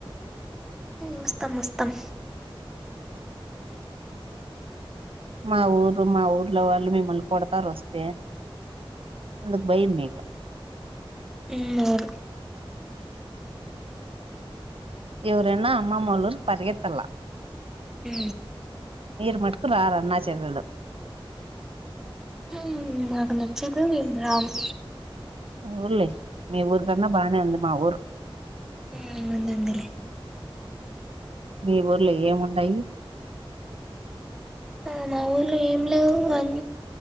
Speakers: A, in the centre; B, on the right.
A: వస్తాం వస్తాం
B: మా ఊరు మా ఊర్లో వాళ్ళు మిమ్మల్ని కొడతారు వస్తే అందు భయం మీకు
A: ఉన్నారు
B: ఎవరన్న అమ్మమ్మళూర్ పరిగెత్తల్ల
A: ఉ
B: మీరు మటుకు రారు అన్నా చెల్లెల్లు
A: హ్మ్ మాకు నచ్చక మేం రామ్
B: అవున్లే మీ ఊరు కన్నా బానే ఉంది మా ఊరు
A: ఆ వుందు ఉందిలే
B: మీ ఊర్లో లో ఏం ఉన్నయి
A: ఆ మా ఊర్లో ఏం లేవు అన్